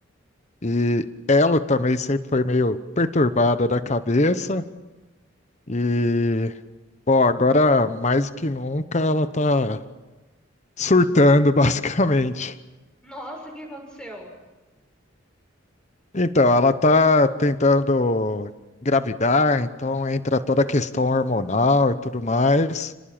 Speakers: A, on the left; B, in the centre.
A: e ela também sempre foi meio perturbada da cabeça. E, bom, agora mais do que nunca ela tá surtando, <laughs> basicamente.
B: Nossa, o que aconteceu?
A: Então, ela tá tentando engravidar, então entra toda a questão hormonal e tudo mais,